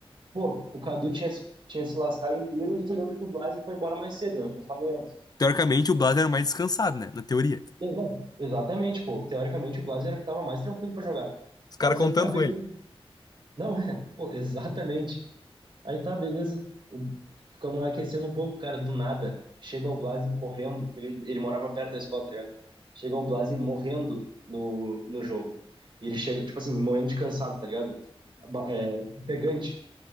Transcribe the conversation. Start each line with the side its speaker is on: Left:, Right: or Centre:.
Right: Pô, o Cadu tinha, se- tinha se lascado inteiro e tu lembra que o Blas foi embora mais cedo, né? Que eu falei antes.
Left: Teoricamente, o Blas era o mais descansado, né? Na teoria.
Right: E, não, exatamente, pô. Teoricamente, o Blas era o que tava mais tranquilo pra jogar.
Left: Os caras
Right: Mas
Left: contando
Right: aí tá, beleza.
Left: com ele.
Right: Não, <laughs> é, pô, exatamente. Aí tá, beleza. O- Ficamos lá aquecendo um pouco, cara, do nada. Chega o Blasi correndo. Ele, ele morava perto da escola, tá ligado? Chega o Blasi morrendo no, no jogo. E ele chega, tipo assim, morrendo de cansado, tá ligado? Ba- É, pegante.